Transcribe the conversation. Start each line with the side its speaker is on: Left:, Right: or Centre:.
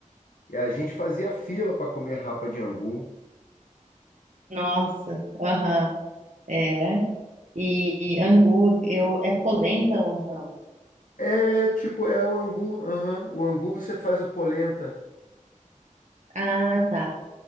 Left: E a gente fazia fila para comer rapa de angu.
Right: Nossa, aham, É. E, e angu, eu, é polenta ou não?
Left: É, tipo, é o angu. Aham. O angu você faz a polenta.
Right: Ah, tá,